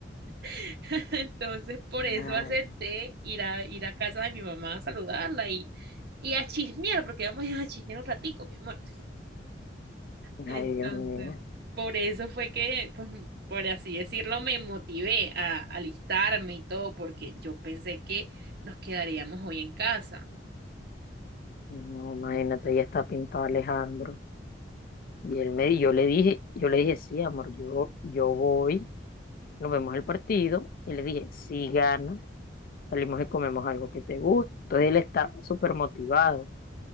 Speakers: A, on the right; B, on the left.
A: <laughs> Entonces, por eso
B: Ay,
A: acepté ir a, ir a casa de mi mamá a saludarla y, y a chismear, porque vamos a chismear un ratico, mi amor. Entonces,
B: ay, Dios mío.
A: por eso fue que, pues, por así decirlo, me motivé a alistarme y todo, porque yo pensé que nos quedaríamos hoy en casa.
B: No, imagínate, ya está pintado Alejandro. Y él me, yo le dije, yo le dije, sí, amor, yo, yo voy, nos vemos el partido. Y le dije, sí, gana, salimos y comemos algo que te guste. Entonces él está súper motivado.